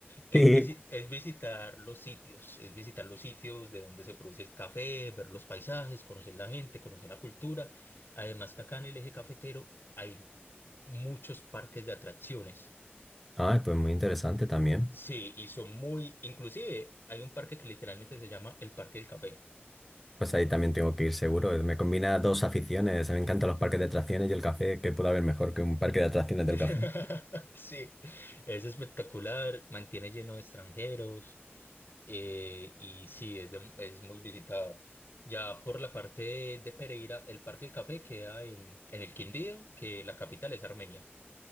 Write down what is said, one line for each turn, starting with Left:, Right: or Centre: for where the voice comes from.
Left: es,
Centre: <laughs> Sí.
Left: visi- es visitar los sitios, es visitar los sitios de donde se produce el café, ver los paisajes, conocer la gente, conocer la cultura. Además que acá en el eje cafetero hay muchos parques de atracciones.
Centre: Ay, pues muy interesante también.
Left: Sí, y son muy, inclusive hay un parque que literalmente se llama el Parque del Café.
Centre: Pues ahí también tengo que ir seguro. Me combina dos aficiones. Me encantan los parques de atracciones y el café. ¿Qué puede haber mejor que un parque de atracciones
Left: <laughs>
Centre: del café?
Left: Sí, es espectacular, mantiene lleno de extranjeros eh, y sí, es, de- es muy visitado. Ya por la parte de, de Pereira, el Parque del Café queda en, en el Quindío, que la capital es Armenia.